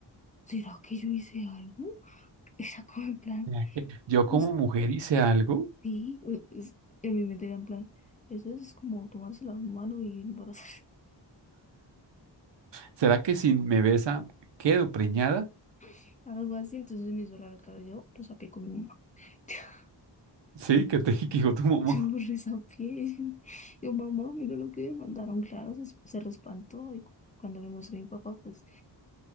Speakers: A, on the left (about 20°); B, on the right (about 70°).
A: ¿será que yo hice algo? <laughs> Era como en plan...
B: ¿Será que yo como
A: No
B: mujer hice algo?
A: Sí, u- es- en mi mente era en plan, eso es como tomarse la mano y embarazarse,
B: ¿Será que si me besa quedo preñada?
A: <laughs> algo así, entonces me hizo raro, claro, yo lo saqué con mi mamá, <laughs>
B: Sí, que te <laughs> que digo tu mamá.
A: yo lo resapié, <laughs> yo mamá, mira lo que me mandaron, claro, se, se re espantó y cu- cuando le mostré a mi papá, pues